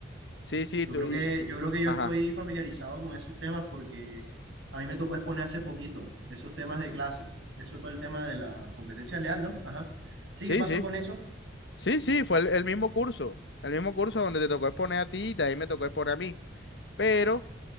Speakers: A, on the left; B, on the right.
A: Sí, sí,
B: Yo
A: tú
B: creo
A: y...
B: que, yo creo que yo
A: Ajá.
B: estoy familiarizado con esos temas porque a mí me tocó exponer hace poquito esos temas de clase. Eso es todo el tema de la competencia leal, ¿no? Ajá. Sí,
A: Sí,
B: ¿qué pasó
A: sí.
B: con eso?
A: Sí, sí, fue el, el mismo curso. El mismo curso donde te tocó exponer a ti y también me tocó exponer a mí. Pero